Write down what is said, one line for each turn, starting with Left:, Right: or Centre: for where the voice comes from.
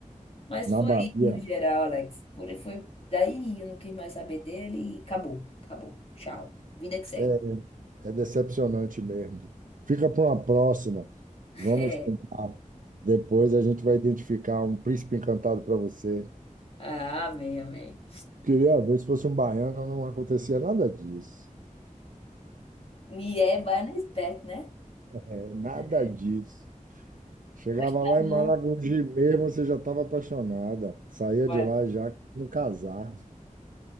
Left: mas
Right: na
Left: foi
Right: Bahia.
Left: isso no geral, Alex. Por foi daí eu não quis mais saber dele e acabou, acabou. Tchau. Vida que segue.
Right: É, é decepcionante mesmo. Fica para uma próxima.
Left: <laughs>
Right: Vamos
Left: É.
Right: tentar. Depois a gente vai identificar um príncipe encantado para você.
Left: Ah, amém, amém.
Right: Queria ver se fosse um baiano, não acontecia nada disso.
Left: E é baiana esperto, né?
Right: É, nada
Left: É.
Right: disso. Chegava
Left: Mas tá
Right: lá
Left: bom.
Right: em Maragogi mesmo, você já estava apaixonada. Saía
Left: Ué.
Right: de lá já no casar.